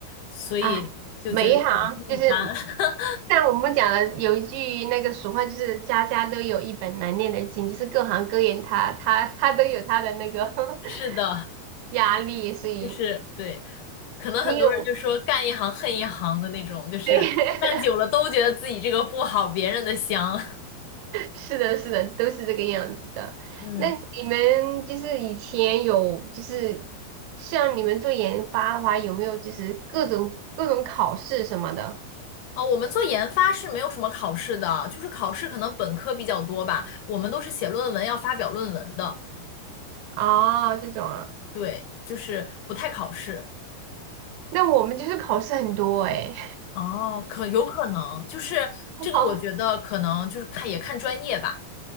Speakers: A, on the left; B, on the right.
A: 所以就觉得也是一般。
B: 哎，每一行就是
A: <laughs>
B: 像我们讲的，有一句那个俗话，就是家家都有一本难念的经，就是各行各业他他他都有他的那个
A: 是的，
B: <laughs> 压力，所以
A: 就是对，可能很多人就说干一行恨一行的那种，
B: 你有
A: 就是干久了都觉得自己这个不好，
B: <laughs> 对，
A: 别人的香。<laughs>
B: 是的，是的，都是这个样子的。
A: 嗯。
B: 那你们就是以前有，就是像你们做研发的话，有没有就是各种各种考试什么的？
A: 哦，我们做研发是没有什么考试的，就是考试可能本科比较多吧，我们都是写论文要发表论文的，
B: 哦，这种啊，
A: 对，就是不太考试。
B: 那我们就是考试很多哎，
A: 哦，可有可能，就是这个，
B: <laughs> 好，
A: 我觉得可能就是看也看专业吧。